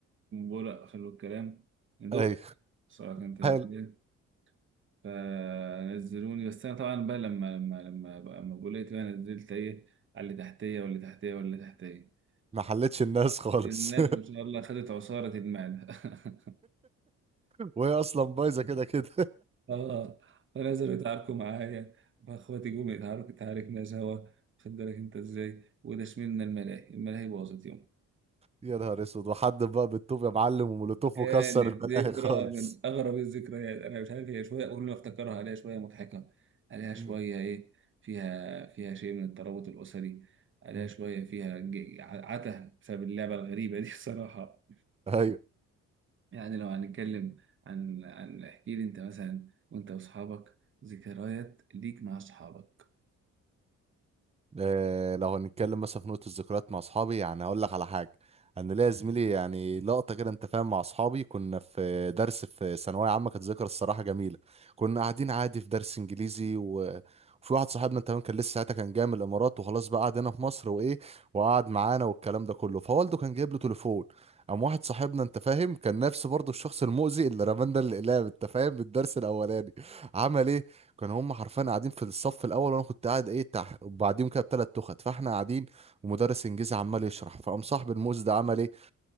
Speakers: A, on the right; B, on the right.
A: بقى حلو الكلام دخت
B: ايوه
A: صراحة كان تسجيل
B: حلو
A: فنزلوني بس أنا طبعا بقى لما لما لما بقى لما بقولت بقى نزلت إيه على اللي تحتية واللي تحتية واللي تحتية
B: ما حلتش الناس خالص
A: الناس ما شاء الله خدت عصارة المعدة <laughs>
B: <laughs> وهي اصلا بايظه كده كده
A: اه فنزلوا يتعاركوا معايا فاخواتي جم يتعاركوا تعاركنا سوا خد بالك انت ازاي وده شملنا الملاهي الملاهي باظت
B: يا نهار اسود وحد بقى بالطوب يا معلم ومولوتوف
A: كانت
B: وكسر البلاهي
A: ذكرى
B: خالص
A: من أغرب الذكريات أنا مش عارف هي شوية كل ما أفتكرها عليها شوية مضحكة عليها
B: مم.
A: شوية إيه فيها فيها شيء من الترابط الأسري عليها
B: مم.
A: شوية فيها ج- ع- عته بسبب اللعبة الغريبة دي <laughs> بصراحة
B: ايوه
A: يعني لو هنتكلم عن عن احكي لي أنت مثلا وأنت وأصحابك ذكريات ليك مع أصحابك
B: آه، لو هنتكلم مثلا في نقطة الذكريات مع أصحابي يعني هقول لك على حاجة أنا ليا زميلي يعني لقطة كده أنت فاهم مع أصحابي كنا في درس في ثانوية عامة كانت ذكرى الصراحة جميلة كنا قاعدين عادي في درس إنجليزي و... وفي واحد صاحبنا أنت فاهم كان لسه ساعتها كان جاي من الإمارات وخلاص بقى قعد هنا في مصر وإيه وقعد معانا والكلام ده كله فوالده كان جايب له تليفون قام واحد صاحبنا انت فاهم كان نفسه برضه الشخص المؤذي اللي رمانا الاقلام انت فاهم بالدرس الاولاني عمل ايه كانوا هم حرفيا قاعدين في الصف الاول وانا كنت قاعد ايه تحت وبعديهم كده بتلات تخت فاحنا قاعدين ومدرس انجليزي عمال يشرح فقام صاحب الموز ده عمل ايه